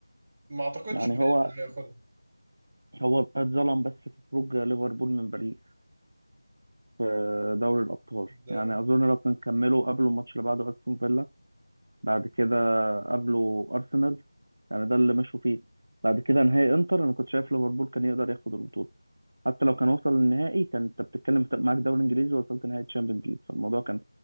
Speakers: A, on the right; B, on the right.
A: ما اعتقدش
B: يعني
A: هي-
B: هو
A: هياخدها
B: هو اتظلم بس في خروج ليفربول من باريس في دوري الأبطال
A: ده
B: يعني أظن لو كان كملوا قبلوا الماتش اللي بعده أستون فيلا بعد كده قابلوا أرسنال يعني ده اللي مشوا فيه بعد كده نهائي انتر انا كنت شايف ليفربول كان يقدر ياخد البطوله حتى لو كان وصل للنهائي كان انت بتتكلم أنت معاك دوري انجليزي ووصلت نهائي تشامبيونز ليج فالموضوع كان